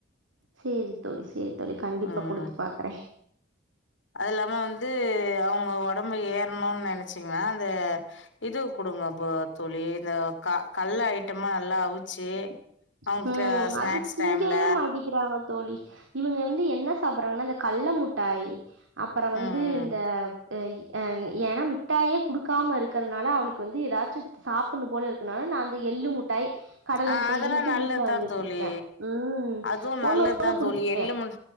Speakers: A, on the right; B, on the left.
A: சேரி தோழி சே சேரி தோழி கண்டிப்பா
B: ம்
A: குடுத்து பாக்குறே
B: அது இல்லாம வந்து அவங்க வொடம்பு ஏற ரணும்னு நெனச்சிங்கன அந்த இது குடுங்க அப்போ தோழி இந்த க கல்ல ஐட்டமா நல்லா அவிச்சு அவங்க
A: கும்
B: ஸ்நாக்ஸ்
A: அது திங்கவே
B: டைம்ல
A: மாட்டிக்கிறாங்க தோழி இவங்க வந்து என்ன சாப்பறாங்கன்னா அந்த கல்ல முட்டாய் அப்பறம் வந்து
B: ம்
A: இந்த <unintelligible> அ எடம் விட் டாயே குடுக்காம இருக்கிறனால அவ இதுக்கு வந்து ஏதாச்சு சாப்புன்னு போல இருக்குனா நா அந்த எள்ளு முட் ட்டாய் கடல
B: ஆ
A: முட்டாய்
B: அதெல்லா
A: இது மட் த்து
B: நல்லதுதா
A: வீட்ல வாங்கி வச்சுருப்பே
B: தோழி
A: ம்
B: அதுவு
A: ஒண்ணு
B: நல்லதுதா
A: ஒண்ணு குடுப்பே
B: தோழி எள்ளு முண்